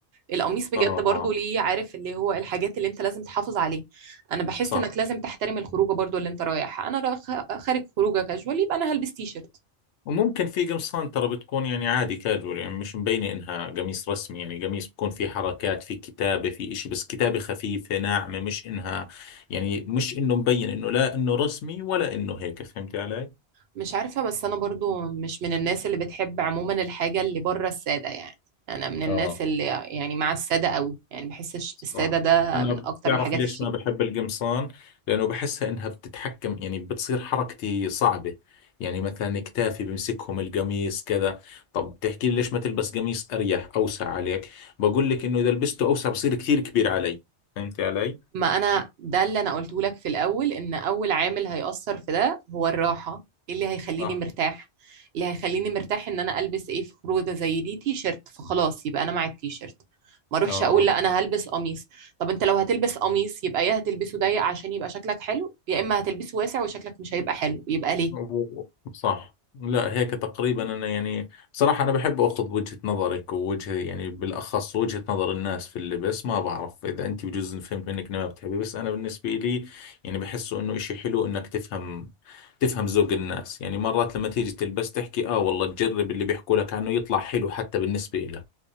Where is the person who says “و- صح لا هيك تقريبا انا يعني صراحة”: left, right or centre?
Left